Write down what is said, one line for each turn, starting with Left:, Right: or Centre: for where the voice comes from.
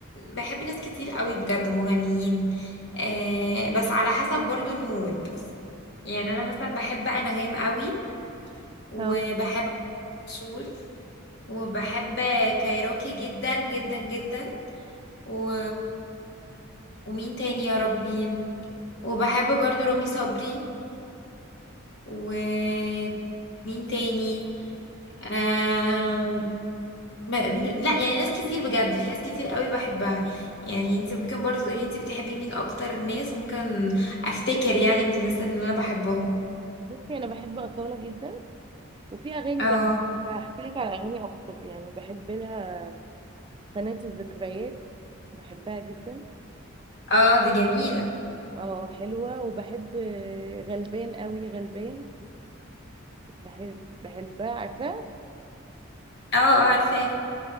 Left: بحب ناس كتير قوي بجد مغنيين آه بس على حسب برضو المود يعني انا مثلا بحب بقى انغام قوي وبحب
Right: اه
Left: عاشور وبحب كايروكي جدا جدا جدا و... ومين تاني يا ربي وبحب برضو رامي صبري ومين تاني آم... ما... م- لا يعني ناس كتير بجد في ناس كتير قوي بحبها يعني انت ممكن برضو تقولي انت بتحبي مين اكتر ناس ممكن افتكر يعني من الناس اللي انا بحبهم
Right: بصي انا بحب اصاله جدا وفي اغاني
Left: اه
Right: بقى هحكي لك على اغاني اكتر يعني بحب لها قناه الذكريات بحبها جدا
Left: اه دي جميلة
Right: اه حلوه وبحب آه، غلبان قوي غلبان بحب بحبها عارفه
Left: اه اه عارفاها